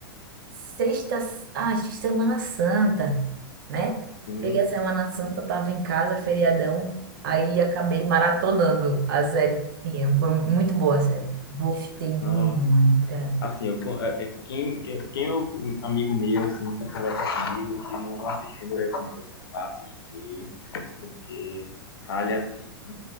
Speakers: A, on the right; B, on the left.
A: sexta, ah, acho que Semana Santa, né?
B: Sim,
A: Peguei a Semana Santa, tava em casa, feriadão, aí acabei maratonando a série. que tinha. Foi muito boa a série. Gostei demais,
B: nossa.
A: cara.
B: Assim, eu, con- é- é quem, quem, quem é o amigo meu, assim, que conversa comigo, que não, não assistiu, eu recomendo pra assistir, porque vale a pena.